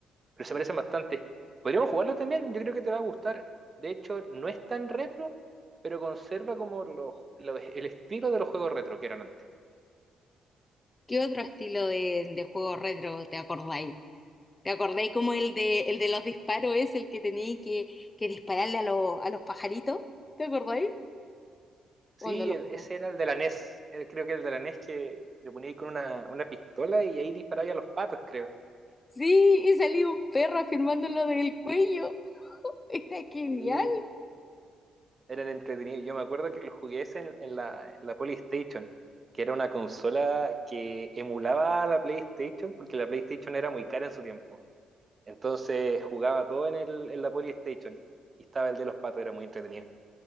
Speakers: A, on the right (about 30°); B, on the left (about 25°).
A: pero se parecen bastante. Podríamos jugarlo también, yo creo que te va a gustar. De hecho, no es tan retro, pero conserva como los, los- el estilo de los juegos retro que eran antes.
B: ¿Qué otro estilo de, de juego retro te acordáis? ¿Te acordáis como el de, el de los disparos es el que teníais que, que dispararle a, los a los pajaritos? ¿Te acordáis?
A: Sí,
B: ¿O no lo
A: el-
B: jugaste?
A: ese era el de la NES, eh, creo que el de la NES que le ponía ahí con una, una pistola y ahí disparaba a los patos, creo.
B: Sí, y salió un perro afirmándolo del cuello. <laughs> Era genial.
A: Sí, eran entretenidos. Yo me acuerdo que lo jugué ese en, en la, en la PlayStation, que era una consola que emulaba a la PlayStation, porque la PlayStation era muy cara en su tiempo. Entonces jugaba todo en, el, en la Polystation. Y estaba el de los patos, era muy entretenido.